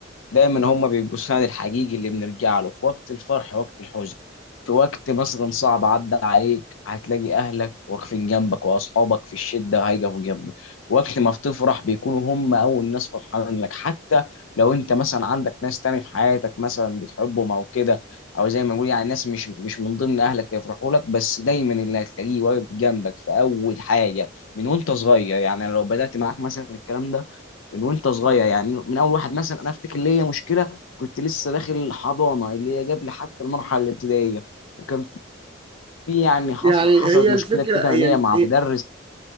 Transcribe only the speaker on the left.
دايما هم بيبقوا السند الحقيقي اللي بنرجع له في وقت الفرح وقت الحزن في وقت مثلا صعب عدى عليك هتلاقي اهلك واقفين جنبك واصحابك في الشده هيقفوا جنبك وقت ما بتفرح بيكونوا هم اول ناس فرحانين لك حتى لو انت مثلا عندك ناس تاني في حياتك مثلا بتحبهم او كده او زي ما بنقول يعني ناس مش مش من ضمن اهلك يفرحوا لك بس دايما اللي هتلاقيه واقف جنبك في اول حاجه من وانت صغير يعني لو بدات معاك مثلا الكلام ده من وانت صغير يعني من اول واحد مثلا انا افتكر ليا مشكله كنت لسه داخل حضانه اللي هي قبل حتى المرحله الابتدائيه وكان في يعني حصل
حصلت
مشكله
كده
ليا مع
مدرس